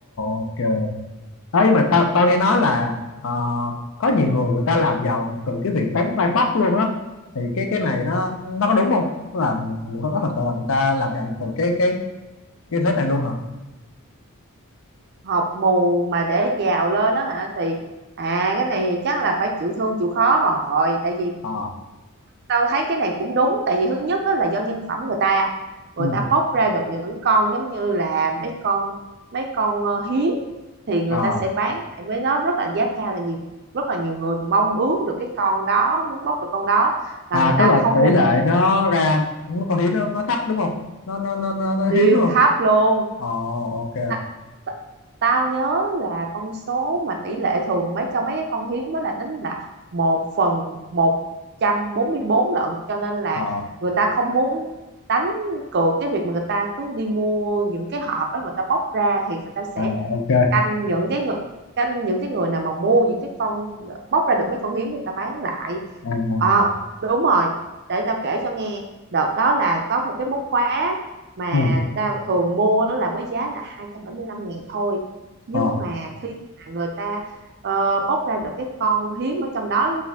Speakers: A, on the left (about 65°); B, on the right (about 50°).
A: ok ấy mà tao tao nghe nói là ờ, có nhiều người người ta làm giàu từ cái việc bán bài bóc luôn đó thì cái cái này nó nó có đúng không Tức là người, người có thật sự là người ta làm giàu từ cái cái cái thế này luôn hả
B: hộp mù mà để giàu lên đó hả thì à cái này thì chắc là phải chịu thương chịu khó rồi tại vì
A: ờ
B: tao thấy cái này cũng đúng tại vì thứ nhất đó là do nhân phẩm người ta người
A: ừ
B: ta bóc ra được những con giống như là mấy con mấy con ờ, hiếm thì người
A: ờ
B: ta sẽ bán lại với nó rất là giá cao tại vì rất là nhiều người mong ước được cái con đó muốn bóc được con đó và
A: à
B: người ta
A: tức là
B: không
A: tỷ
B: muốn
A: lệ nó ra nó con hiếm nó, nó thấp đúng không nó nó nó nó, nó
B: tiêu
A: hiếm đúng không
B: thấp luôn
A: ờ ok
B: Ta- ta- tao nhớ là con số mà tỷ lệ thường mấy cho mấy cái con hiếm đó là tính là một phần một trăm bốn mươi bốn lận cho nên là
A: ờ
B: người ta không muốn đánh cược cái việc mà người ta cứ đi mua những cái hộp đó người ta bóc ra thì người ta sẽ
A: à, ok
B: canh những cái người canh những cái người nào mà mua những cái con bóc ra được mấy con hiếm người ta bán lại
A: ừ ừ
B: à, đúng rồi để tao kể cho nghe đợt đó là có một cái móc khóa mà
A: Ừ,
B: tao thường mua á là với giá là hai trăm bảy mươi lăm ngàn thôi nhưng
A: ờ
B: mà khi mà người ta ờ, bóc ra được cái con hiếm ở trong đó